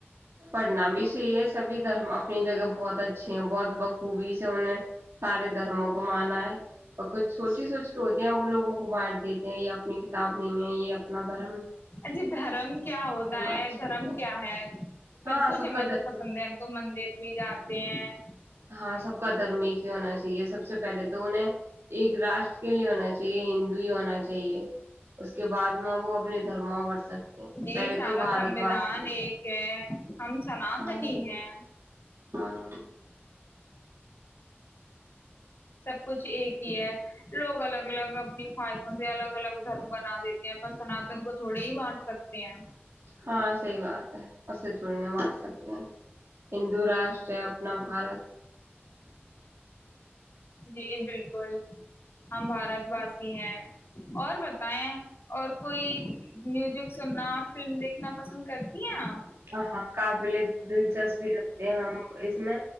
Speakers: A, on the right; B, on the left.
A: پڑھنا بھی صحیح ہے سبھی دھرم اپنی جگہ بہت اچھی ہیں بہت بخوبی سے انہیں سارے دھرموں کو مانا ہے اور کچھ سوٹی سوچ ہوتے ہیں وہ لگوں کو بانٹ <inaudible> یہ اپنی کتاب نہیں ہے یہ <inaudible> ندر <inaudible>
B: اچھے دھرم کیا ہوتا
A: اچھے
B: ہے دھرم
A: ہوتے ہیں
B: کیا ہے <inaudible> سب
A: ہاں
B: کچھ ہمیں
A: کا دھرم
B: تو پسند ہے ہم کو مندر بھی جاتے ہیں
A: ہاں سب کا دھرم ہی کی ہونا چاہیے سب سب سے پہلے تو انہیں ایک راشٹر کے لیے ہونا چاہیے ہند ہی ہونا چاہیے اس کے بعد میں وہ اپنے دھرموں بڑھ سکتے ہیں
B: جی
A: پہلے
B: سارا
A: تو بھارت
B: سنوھان
A: واسی
B: ایک ہے ہم سنتنی
A: ہاں
B: ہی ہے
A: ہاں
B: سب کچھ ایک ہی ہے لوگ الگ الگ اپنی خواہشوں سے الگ الگ دھرم بنا دیتے ہیں پر سناتن کو تھوڑے ہی بانٹ سکتے ہیں
A: ہاں صی بات ہے اسے تھوڑی نہیں بانٹ سکتے ہیں ہندو راشٹر ہے اپنا بھارت
B: جی بالکل ہم بھارت واسی ہیں اور ب اور کوئی میوزک سننا فلم دیکھنا پسند کرتی ہیں آپ
A: ہاں ہاں کافلے دلچسپی رکھتے ہیں ہم اس میں